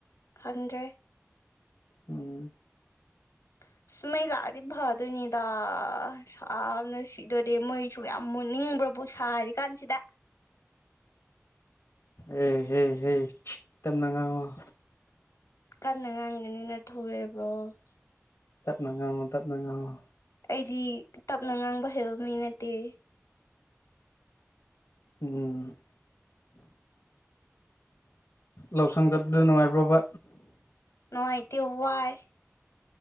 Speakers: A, on the left; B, on the left.
A: ꯍꯟꯗ꯭ꯔꯦ ꯫
B: ꯎꯝ
A: <inaudible> ꯃꯩ ꯂꯥꯛꯑꯗꯤ ꯐꯗꯣꯏꯅꯤꯗ ꯁꯥꯕꯅ ꯁꯤꯗꯣꯔꯦ ꯃꯩꯁꯨ ꯌꯥꯝ ꯃꯨꯠꯅꯤꯡꯕ꯭ꯔꯕꯨ ꯁꯥꯔꯤ ꯀꯥꯟꯁꯤꯗ
B: ꯑꯦ ꯍꯦ ꯍꯦ ꯇꯞꯅꯉꯥꯡꯉꯣ ꯫
A: ꯀꯟꯅ ꯉꯥꯡꯒꯅꯤ ꯅꯊꯧ ꯂꯩꯕ꯭ꯔꯣ ꯫
B: ꯇꯞꯅ ꯉꯥꯡꯉꯨ ꯇꯞꯅ ꯉꯥꯡꯉꯣ꯫
A: ꯑꯩꯗꯤ ꯇꯞꯅ ꯉꯥꯡꯕ ꯍꯩꯕ ꯃꯤ ꯅꯠꯇꯦ ꯫
B: ꯎꯝ ꯂꯧꯁꯪ ꯆꯠꯄꯗ ꯅꯨꯡꯉꯥꯏꯕ꯭ꯔꯣꯕ
A: ꯅꯨꯡꯉꯥꯏꯇ ꯋꯥꯏ ꯫